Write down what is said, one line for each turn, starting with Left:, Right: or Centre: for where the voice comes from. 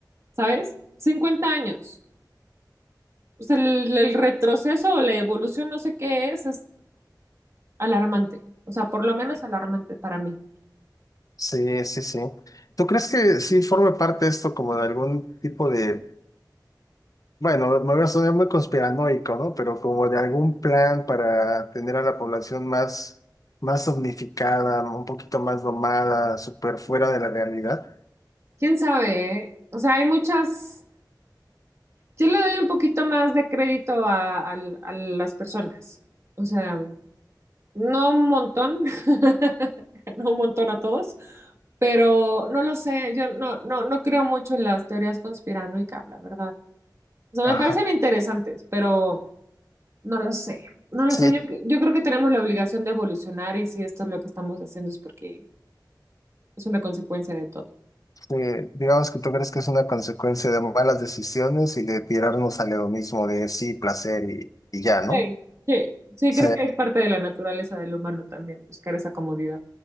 Right: ¿sabes? cincuenta años. O sea, el, el retroceso o la evolución, no sé qué es, es alarmante. O sea, por lo menos alarmante para mí.
Left: Sí, sí, sí. ¿Tú crees que sí forme parte esto como de algún tipo de Bueno, me voy a sonar muy conspiranoico, ¿no? Pero como de algún plan para tener a la población más, más omnificada, un poquito más domada, súper fuera de la realidad.
Right: ¿Quién sabe, eh? O sea, hay muchas... Yo le doy un poquito más de crédito a, al- a las personas. O sea... No un montón, <laughs> no un montón a todos, pero no lo sé, yo no, no, no creo mucho en las teorías conspiranoicas, la verdad. O sea, me
Left: Ajá.
Right: parecen interesantes, pero no lo sé. No lo
Left: Sí,
Right: sé, yo, yo creo que tenemos la obligación de evolucionar y si esto es lo que estamos haciendo es porque es una consecuencia de todo.
Left: sí, digamos que tú crees que es una consecuencia de malas decisiones y de tirarnos al hedonismo de sí, placer y, y ya, ¿no?
Right: Sí, sí, sí,
Left: Sí,
Right: creo que es parte de la naturaleza del humano también, buscar esa comodidad.